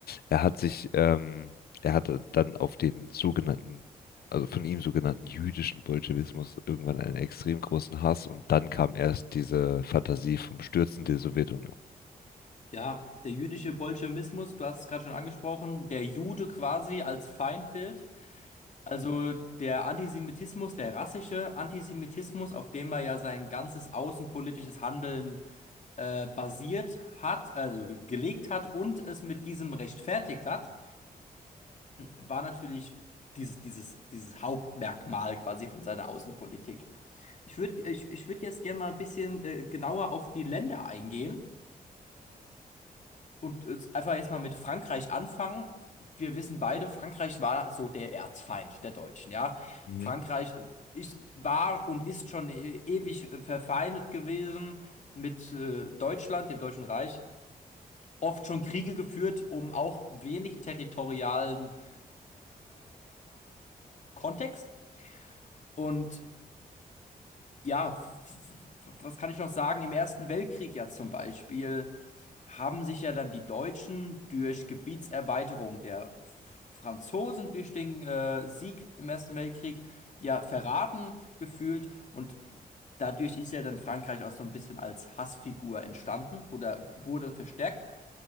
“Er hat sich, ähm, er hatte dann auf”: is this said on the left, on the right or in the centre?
Left